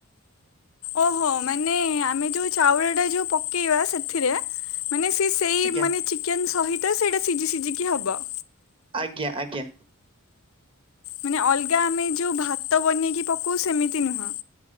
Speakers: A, on the left; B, on the right.
A: ଓହୋ, ମାନେ ଆମେ ଯୋଉ ଚାଉଳ ଟା ଯୋଉ ପକେଇବା ସେଥିରେ ମାନେ ସେ ସେଇ
B: ଆଜ୍ଞା
A: ମାନେ ଚିକେନ ସହିତ ସେଇଟା ସିଝି ସିଝିକି ହବ।
B: ଆଜ୍ଞା ଆଜ୍ଞା।
A: ମାନେ ଅଲଗା ଆମେ ଯୋଉ ଭାତ ବନେଇକି ପକଉ ସେମିତି ନୁହଁ।